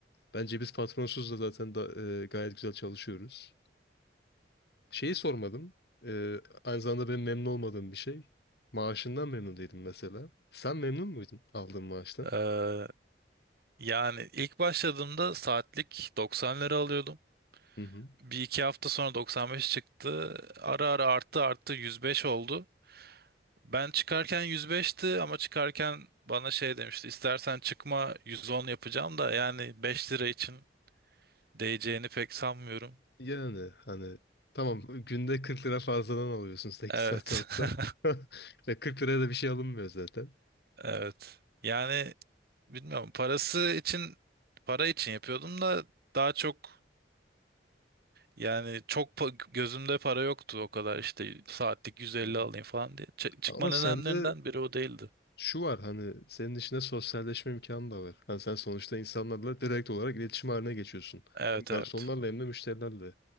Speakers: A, on the left; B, on the right.
A: Bence biz patronsuz da zaten da, e, gayet güzel çalışıyoruz. Şeyi sormadım. E, aynı zamanda benim memnun olmadığım bir şey. Maaşından memnun değilim mesela. Sen memnun muydun aldığın maaştan?
B: Ee, yani ilk başladığımda saatlik 90 lira alıyordum.
A: Hı hı.
B: Bir iki hafta sonra 95 çıktı. Ara ara arttı arttı 105 oldu. Ben çıkarken 105'ti ama çıkarken bana şey demişti. İstersen çıkma 110 yapacağım da yani 5 lira için değeceğini pek sanmıyorum.
A: Yani hani tamam günde 40 lira fazladan alıyorsun 8
B: Evet.
A: saat çalışsan.
B: <laughs>
A: <laughs> Ve 40 liraya da bir şey alınmıyor zaten.
B: Evet. Yani bilmiyorum parası için para için yapıyordum da daha çok yani çok pa- gözümde para yoktu o kadar işte saatlik 150
A: Hı hı.
B: alayım falan diye. Çı- çıkma
A: Ama
B: nedenlerinden
A: sende
B: biri o değildi.
A: şu var hani senin içinde sosyalleşme imkanı da var. Hani sen sonuçta insanlarla direkt olarak iletişim haline geçiyorsun.
B: Evet
A: Hem garsonlarla
B: evet.
A: hem de müşterilerle.